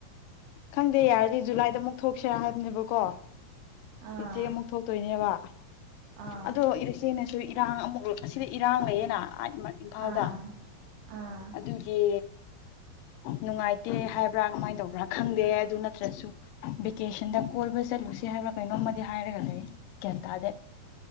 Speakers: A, on the left (about 85°); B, on the right (about 85°).
A: ꯈꯪꯗꯦ ꯌꯥꯔꯗꯤ ꯖꯨꯂꯥꯏꯗ ꯑꯃꯨꯛ ꯊꯣꯛꯁꯤꯔꯥ ꯍꯥꯏꯕꯅꯦꯕ ꯀꯣ
B: ꯑꯥ
A: ꯏꯆꯦ ꯑꯃꯨꯛ ꯊꯣꯛꯇꯣꯏꯅꯦꯕ
B: ꯑꯥ
A: ꯑꯗꯣ ꯏꯆꯦꯅꯁꯨ ꯏꯔꯥꯡ ꯑꯃꯨꯛ ꯑꯁꯤꯗ ꯏꯔꯥꯡꯕꯌꯦꯅ ꯏꯝꯐꯥꯜꯗ
B: ꯑꯥ ꯑꯥ
A: ꯑꯗꯨꯒꯤ ꯅꯨꯡꯉꯥꯏꯇꯦ ꯍꯥꯏꯕ꯭ꯔꯥ ꯀꯃꯥꯏꯅ ꯇꯧꯕ ꯭ꯔ ꯈꯪꯗꯦ ꯑꯗꯨ ꯅꯠꯇ꯭ꯔꯁꯨ ꯚꯦꯀꯦꯁꯟꯗ ꯀꯣꯏꯕ ꯆꯠꯂꯨꯁꯤ ꯍꯥꯏꯕ꯭ꯔꯥ ꯀꯩꯅꯣꯝꯃꯗꯤ ꯍꯥꯏꯔꯒ ꯂꯩ ꯒ꯭ꯌꯥꯟꯇꯥꯗ